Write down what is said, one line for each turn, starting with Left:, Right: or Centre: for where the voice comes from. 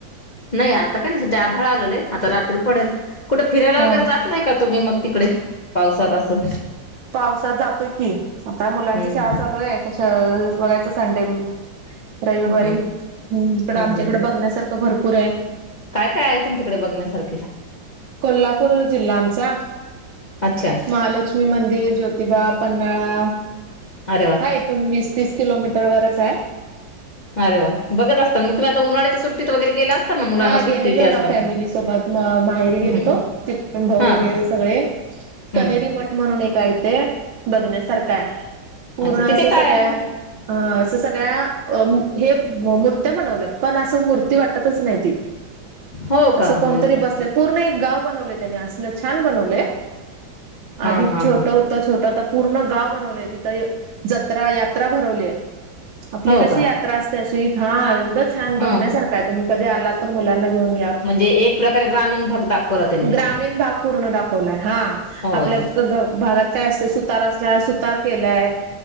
Left: नाही आता काही नाही ड्याभाळा आलेले आता रात्री पडेल कुठे फिरायला
Right: हा
Left: वगैरे जात नाही का तुम्ही मग तिकडे पावसात असं
Right: पावसात जातोय की आता मुलांची
Left: हम्म
Right: शाळा चालू आहे तस बघायचं संडे रविवारी
Left: हम्म
Right: इकड
Left: हम्म
Right: आमच्या इकड बघण्यासारख भरपूर पुरय
Left: काय काय आहे तुमच्याकडे बघण्यासारखे
Right: कोल्हापूर जिल्हा आमचा
Left: अच्छा
Right: महालक्ष्मी मंदिर ज्योती जोतिबा पान्हाळा
Left: अरे वा
Right: हा इथून वीस तीस किलोमीटर वरच हाय
Left: अरे वा बघत असताात मग तुम्ही आ उ्हाळ्याच्या सुट्टीत वगैरे गेला ना मुलांना
Right: हा
Left: सुट्टी
Right: गेलेल
Left: ते
Right: हो
Left: असताना
Right: ना फॅमिली सोबत माहेरी गेलतो
Left: हम्म
Right: तिथूनन भाऊ
Left: हा
Right: वगैरे
Left: हा
Right: सगळे कनेरी
Left: हम्म
Right: मठ म्हणून एकय ते बघण्यासारखा आहे. पूर्ण
Left: अच्छा
Right: असं
Left: तिथे काय
Right: सगळ्या
Left: आहे?
Right: अ असं सगळ्या हे मूर्त्या बनवल्यात पण असं मूर्ती वाटतच नाही ती
Left: हो
Right: असं
Left: का
Right: कोणतरी
Left: म्हण
Right: बसले पूर्ण गाव बनवलं त्यानी अस छान बनवलं
Left: हा
Right: आधी
Left: हा
Right: छोट
Left: हा
Right: होतं छोटं आत्ता पूर्ण गाव बनवलेय तिथे जत्रा यात्रा भरवलीय आपली
Left: हो
Right: कशी
Left: का
Right: यात्रा असते अशी हा एवढं छान बघण्यासारखं
Left: हा हा
Right: आहे तुम्ही कधी आलात तर मुलांना घेऊन या
Left: म्हणजे एक प्रकारे ग्रामीण भाग दाखवला त्यांनी
Right: ग्रामीण भाग पूर्ण दावलाय हा
Left: होय
Right: आप भागात काय असतयं सुतार असणार सुतार केलाय